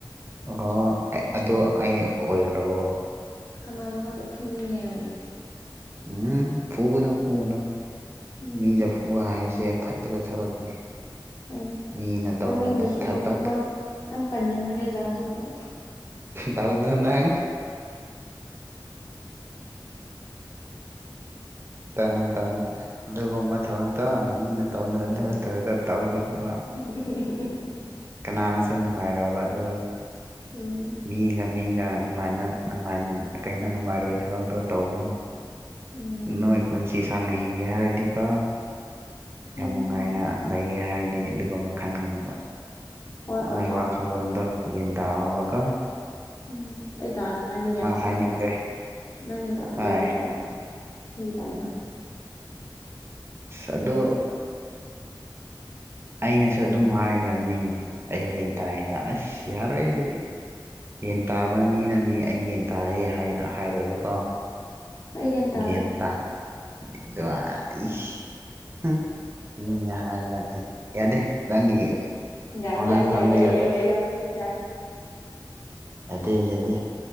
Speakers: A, on the right; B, on the left.
A: ꯑꯣꯍꯣ ꯑꯗꯨ ꯑꯩ ꯑꯣꯏꯈ꯭ꯔꯕꯣ
B: ꯀꯅꯥꯅꯣ ꯈꯪꯗ ꯐꯨꯅꯤꯡꯉꯦ ꯌꯥꯝꯅ
A: ꯎꯝ ꯐꯨꯒꯅꯨ ꯐꯨꯒꯅꯨ
B: ꯎꯝ
A: ꯃꯤꯗ ꯐꯨꯕ ꯍꯥꯏꯕꯁꯦ ꯐꯠꯇꯕ ꯊꯕꯛꯅꯤ
B: ꯍꯣꯏꯅꯦ
A: ꯃꯤꯅ ꯇꯧꯅꯕ
B: ꯃꯃꯤꯡꯗꯨꯁꯨꯡ
A: ꯊꯕꯛ
B: ꯌꯥꯝ ꯄꯟꯅꯤꯡꯈ꯭ꯔꯦꯗ ꯑꯣꯟꯊꯣꯛꯂ
A: ꯇꯧꯅꯨꯅꯪ ꯇꯧꯅꯨ ꯇꯧꯅꯨ ꯑꯗꯨꯒꯨꯝꯕ ꯊꯕꯛꯇ ꯃꯤꯅ ꯇꯧꯅꯗꯕ
B: ꯎꯝ
A: ꯊꯕꯛꯇ ꯇꯧꯒꯅꯨꯕ
B: <inaudible>
A: ꯀꯅꯥꯅꯁꯨ ꯅꯨꯡꯉꯥꯏꯔꯕ ꯑꯗꯨꯗꯣ
B: ꯎꯝ
A: ꯃꯤꯒ ꯃꯤꯒ ꯅꯨꯡꯉꯥꯏꯅ ꯅꯨꯡꯉꯥꯏ ꯀꯩꯅꯣ ꯅꯨꯡꯉꯥꯏꯔꯣꯏ ꯊꯕꯛ ꯑꯝꯇ ꯇꯧꯒꯅꯨ
B: ꯎꯝ
A: ꯅꯣꯏ ꯄꯨꯟꯁꯤ ꯁꯥꯡꯅ ꯍꯤꯡꯒꯦ ꯍꯥꯏꯔꯗꯤꯀꯣ
B: ꯍꯣꯏꯅꯦ
A: ꯌꯥꯝ ꯅꯨꯡꯉꯥꯏꯅ
B: ꯍꯣꯏꯅꯦ
A: ꯂꯩꯒꯦ ꯍꯥꯏꯔꯗꯤ ꯑꯗꯨꯒꯨꯝꯕ ꯈꯟꯒꯅꯨꯕ
B: ꯍꯣꯏ
A: ꯅꯣꯏ
B: ꯑꯣꯖꯥ
A: ꯋꯥꯈꯜ ꯈꯜꯂꯣꯟꯗꯨ ꯒ꯭ꯌꯥꯟ ꯇꯥꯎꯕꯀꯣ
B: ꯎꯝ ꯑꯩ ꯇꯔꯅꯥꯗꯤ ꯒ꯭ꯌꯥꯟ ꯐꯖꯟ
A: ꯍꯥꯏꯅꯤꯡꯗ꯭ꯔꯦ
B: ꯇꯥꯔꯦ ꯅꯪꯅꯤ ꯇꯥꯗꯕ
A: ꯍꯣꯏ
B: ꯑꯩꯗꯤ ꯇꯥꯏ ꯑꯩꯗꯤ ꯇꯥꯏꯅ
A: ꯑꯗꯣ ꯑꯩꯅꯁꯨ ꯑꯗꯨꯝ ꯍꯥꯏꯈ꯭ꯔꯅꯤ ꯑꯩ ꯒ꯭ꯌꯥꯟ ꯇꯥꯏꯅ ꯑꯁ ꯌꯥꯔꯣꯏ ꯑꯗꯨꯗꯤ ꯒ꯭ꯌꯥꯟ ꯇꯥꯕ ꯃꯤꯅꯗꯤ ꯑꯩ ꯒ꯭ꯌꯥꯟ ꯇꯥꯏꯌꯦ ꯍꯥꯏ ꯍꯥꯏꯔꯣꯏꯕꯀꯣ
B: ꯍꯣꯏ ꯑꯩ ꯇꯥꯗꯦ
A: ꯒ꯭ꯌꯥꯟ ꯇꯥ <unintelligible> ꯏꯁ ꯍꯨꯝ ꯃꯤꯅ ꯍꯥꯏꯔꯀꯥꯟꯗ ꯌꯥꯗꯦ ꯅꯪꯒꯤ
B: ꯌꯥꯏ
A: ꯋꯥꯉꯥꯡ
B: ꯌꯥꯏ
A: ꯁꯉꯥꯡꯗ
B: ꯌꯥꯏ ꯌꯥꯏ
A: ꯌꯥꯗꯦ
B: ꯌꯥꯏ ꯌꯥꯏ ꯌꯥꯏ ꯌꯥꯏ
A: ꯌꯥꯗꯦ ꯌꯥꯗꯦ